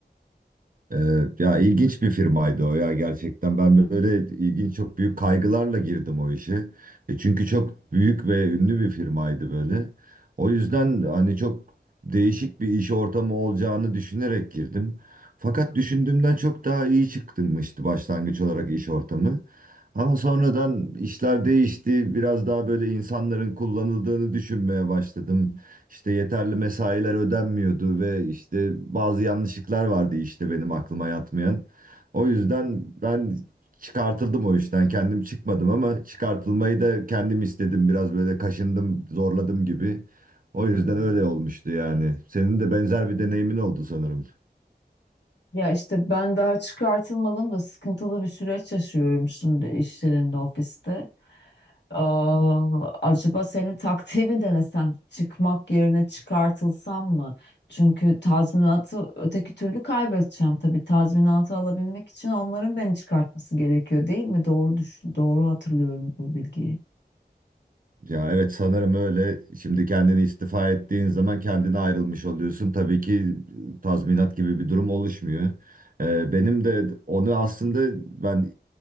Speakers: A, on the right; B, on the left.
A: Ee, ya ilginç bir firmaydı o ya gerçekten. Ben böyle ilginç çok büyük kaygılarla girdim o işe. E çünkü çok büyük ve ünlü bir firmaydı böyle. O yüzden hani çok değişik bir iş ortamı olacağını düşünerek girdim. Fakat düşündüğümden çok daha iyi çıkmıştı başlangıç olarak iş ortamı. Ama sonradan işler değişti. Biraz daha böyle insanların kullanıldığını düşünmeye başladım işte yeterli mesailer ödenmiyordu ve işte bazı yanlışlıklar vardı işte benim aklıma yatmayan. O yüzden ben çıkartıldım o işten. Kendim çıkmadım ama çıkartılmayı da kendim istedim. Biraz böyle kaşındım, zorladım gibi. O yüzden
B: Hmm.
A: öyle olmuştu yani.
B: Evet.
A: Senin de benzer bir deneyimin oldu sanırım.
B: Ya işte ben daha çıkartılmadım da sıkıntılı bir süreç yaşıyorum şimdi iş yerinde, ofiste. Aa, acaba senin taktiği mi denesem? Çıkmak yerine çıkartılsam mı? Çünkü tazminatı öteki türlü kaybedeceğim tabii. Tazminatı alabilmek için onların beni çıkartması gerekiyor değil mi? Doğru düşün, doğru hatırlıyorum bu bilgiyi.
A: Ya evet sanırım öyle. Şimdi kendini istifa ettiğin zaman kendine ayrılmış oluyorsun. Tabii ki tazminat gibi bir durum oluşmuyor. Ee, benim de onu aslında ben